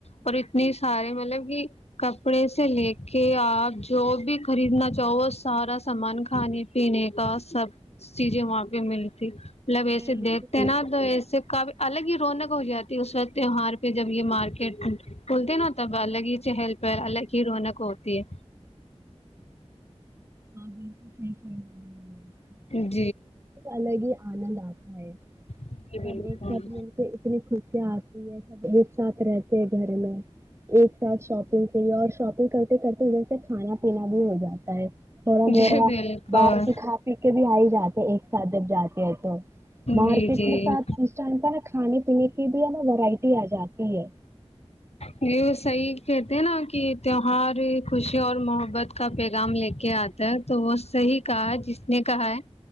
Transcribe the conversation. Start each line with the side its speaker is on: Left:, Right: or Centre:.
Left: اور اتنی سارے مطلب کہ کپڑے سے لے کے آپ جو بھی خریدنا چاہو وہ سارا سامان کھانے پینے کا سب چیزیں وہاں پہ مل ڈگ <unintelligible> مطلب ایسے
Right: بالکل
Left: دیکھتے ہیں نا تو ایسے کافی الگ ہی رونق ہو جاتی ہے اس وقت تیوہار پہ جب یہ مارکیٹ کھولتے نا تب الگ ہی چہل پہل الگ ہی رونق ہوتی ہے
Right: ہاں بالکل صحیح فرما رہی ہیں آپ۔
Left: ہی <unintelligible>
Right: الگ ہی آنند آتا ہے
Left: جی
Right: سب
Left: بالکل
Right: ایک ساتھ ملتے اتنی خوشیاں آتی ہیں سب ایک ساتھ رہتے ہیں گھر میں ایک ساتھ شاپنگ کے ہی اور شاپنگ کر <inaudible> کرتے ادھر سے کھانا پینا بھی ہو جاتا ہے تھوڑا
Left: جی
Right: بوڑا
Left: بالکل
Right: باہر کی کھا پی کے بھی آ ہی جاتے ایک <inaudible> جاتے ہے تو مارکیٹ
Left: جی جی
Right: میں ساتپ کس ٹائم کا ہے کھانے پینے بھی ہے نا ویرائٹی آ جات ہے
Left: یہی وہ صحیح کہتے ہیں نا کہ تیوہار خوشی اور محبت کا پیغام لے کے آتا ہے تو وہ صحیح کہا ہے جس نے کہا ہے